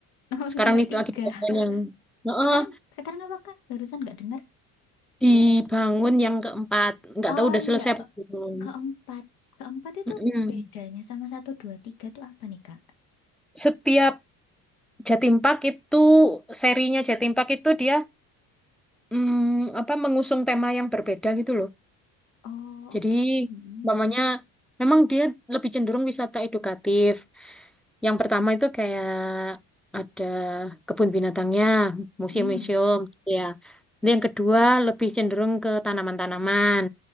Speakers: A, on the left (about 80°); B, in the centre.
A: <laughs> Oh,
B: sekarang
A: sampai
B: itu
A: tiga.
B: lagi dibangun yang Heeh,
A: Sekarang, sekarang apa Kak? Barusan nggak dengar?
B: dibangun yang keempat nggak
A: Oh
B: tahu udah
A: iya,
B: selesai apa belum
A: Keempat. Keempat itu
B: Mm-mm.
A: bedanya sama satu, dua, tiga itu apa nih, Kak?
B: Setiap Jatim Park itu serinya Jatim Park itu dia mm, apa mengusung tema yang berbeda gitu loh.
A: Oh,
B: Jadi
A: oke. Mm-mm.
B: umpamanya memang dia lebih cenderung wisata edukatif. Yang pertama itu kayak ada kebun binatangnya,
A: Mm-mm.
B: museum-museum gitu ya. Nanti yang kedua lebih cenderung ke tanaman-tanaman.